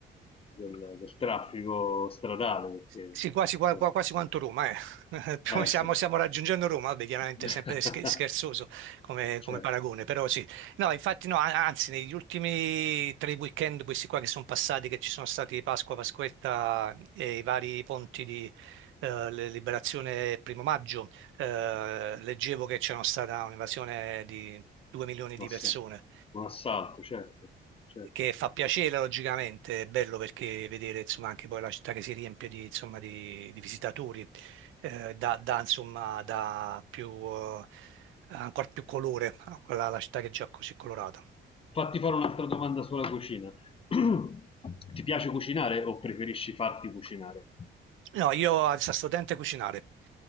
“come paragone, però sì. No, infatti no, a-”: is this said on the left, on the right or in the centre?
Right